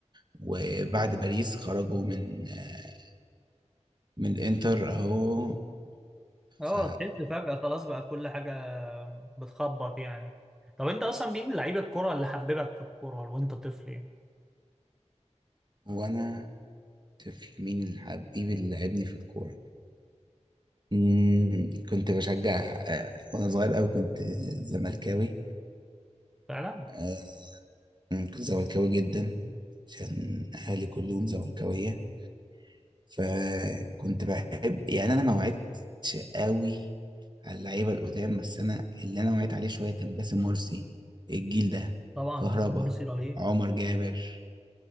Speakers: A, on the right; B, in the centre.
A: وبعد باريس خرجوا من آه من الانتر اهو
B: اه
A: ف
B: تحس فجأة خلاص بقى كل حاجة بتخبط يعني طب انت اصلا مين لعيب الكرة اللي حببك في الكرة وانت طفل يعني
A: وانا طفل مين اللي حبيبي اللي لعبني في الكوره مم، كنت بشجع آه، وانا صغير قوي كنت زملكاوي
B: فعلا
A: آه، كنت زملكاوي جدا عشان اهلي كلهم زملكاويه فكنت بحب يعني انا ما وعدتش قوي على اللعيبه القدام بس انا اللي انا وعيت عليه شويه كان باسم مرسي الجيل ده
B: طبعا
A: كهربا
B: باسم مرسي رهيب
A: عمر جابر